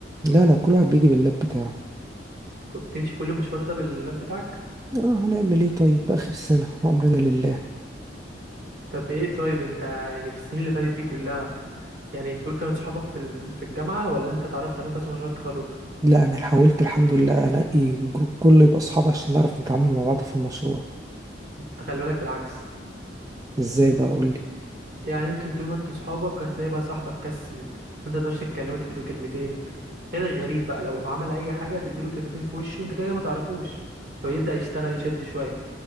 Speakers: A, on the right; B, on the right.
A: لا لا كل واحد بيجي باللاب بتاعه
B: كنت بتمشي كل المشوار ده باللاب بتاعك
A: آه هنعمل إيه طيب آخر سنة وأمرنا لله
B: طب ايه طيب انت يعني في السنين اللي فاتت دي كلها يعني دول كانوا صحابك في ال- في الجامعه ولا انت اتعرفت عليهم بس مشروع التخرج
A: لا أنا حاولت الحمد لله أنقي جروب كله يبقى أصحابي عشان نعرف نتعامل مع بعض في المشروع
B: انت خلي بالك بالعكس
A: إزاي بقى أقول
B: يعني انتوا طول ما انتوا صحابك هتلاقي بقى صاحبك كسل وانت متقدرش تتكلمه تديله كلمتين غير الغريب بقى لو عمل اي حاجه تديله كلمتين في وشه وانت كده كده ما تعرفوش فبيبدا يشتغل يشد شويه